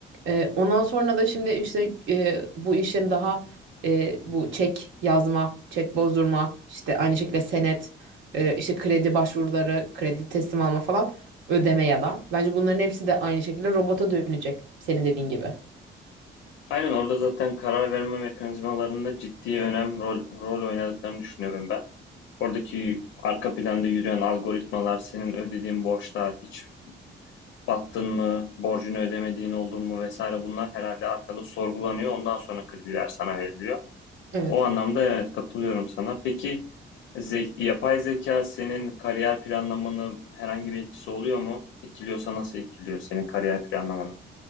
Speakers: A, on the right; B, on the left.
A: E, ondan sonra da şimdi işte e, bu işin daha e, bu çek yazma, çek bozdurma, işte aynı şekilde senet, e, işte kredi başvuruları, kredi teslim alma falan ödeme ya da. Bence bunların hepsi de aynı şekilde robota dönecek senin dediğin gibi.
B: Aynen orada zaten karar verme mekanizmalarında ciddi önem rol, rol oynadıklarını düşünüyorum ben. Oradaki arka planda yürüyen algoritmalar, senin ödediğin borçlar, hiç battın mı, borcunu ödemediğin oldun mu vesaire bunlar herhalde arkada sorgulanıyor. Ondan sonra krediler sana veriliyor.
A: Evet.
B: O anlamda evet katılıyorum sana. Peki ze- yapay zeka senin kariyer planlamanı herhangi bir etkisi oluyor mu? Etkiliyorsa nasıl etkiliyor senin kariyer planlamanı?